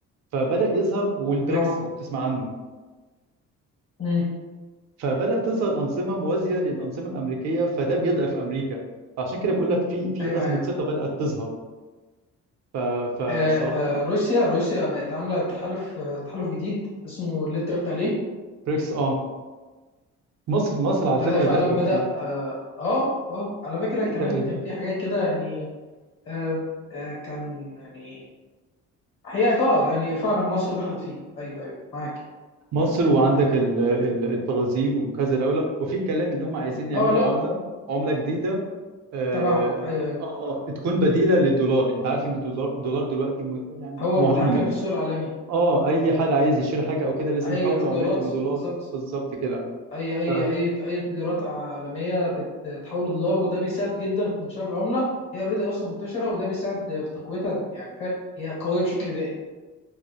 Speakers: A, on the right (about 65°); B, on the left (about 45°).
A: فبدأ يظهر والبريكس
B: اه
A: لو تسمع عنه
B: أمم.
A: فبدأ تظهر أنظمة موازية للأنظمة الأمريكية فده بيضعف أمريكا فعشان كده بقول لك في في
B: ايوه
A: أزمة
B: ايوه
A: ثقة بدأت تظهر ف- فالصراحة
B: آه، آه، روسيا روسيا بقت عامله تحالف آه، تحالف جديد اسمه اللي انت قلت عليه
A: بريكس اه مصر مصر على فكرة
B: بدا فعلا
A: دخلت
B: بدا
A: فيه
B: اه اه آه. على فكره
A: في
B: كمان
A: تقريبا
B: كان في حاجات كده يعني آه آه كان يعني هي اه يعني فعلا مصر دخلت فيه ايوه ايوه معاك
A: مصر وعندك ال- ال- البرازيل وكذا دولة وفي كلام إنهم عايزين يعملوا
B: اه لا
A: عملة عملة جديدة اه
B: تبعه ايوه ايوه
A: اه آه، تكون بديله للدولار انت عارف ان الدولار الدولار دلوقتي م... يعني
B: هو
A: مهيمن
B: المتحكم في السوق العالمي
A: اه اي حد عايز يشتري حاجه او كده لازم
B: اي
A: يحول
B: تجارات
A: عملته لدولار
B: بالظبط
A: بالظبط كده
B: اي اي
A: ف-
B: اي اي تجارات عالميه بتتحول لدولار وده بيساعد جدا في انتشار العمله هي اوريدي اصلا منتشره وده بيساعد في تقويتها يعني فهي قويه بشكل دائم